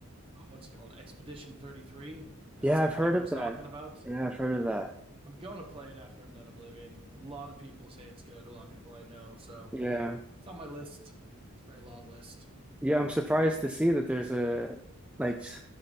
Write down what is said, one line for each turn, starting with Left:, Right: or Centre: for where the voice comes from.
Right: what's it called? Expedition 33. That's
Centre: Yeah,
Right: the
Centre: I've
Right: one
Centre: heard
Right: everyone's
Centre: of that.
Right: talking about.
Centre: Yeah, I've heard of that.
Right: I'm gonna play it after I'm done Oblivion. A lot of people say it's good. A lot of people I know, so
Centre: Yeah.
Right: it's on my list. It's a very long list.
Centre: Yeah, I'm surprised to see that there's a like s-